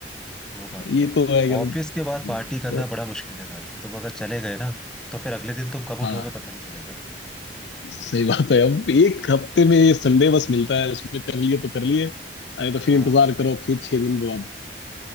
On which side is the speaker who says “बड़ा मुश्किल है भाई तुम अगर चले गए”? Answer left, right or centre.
Centre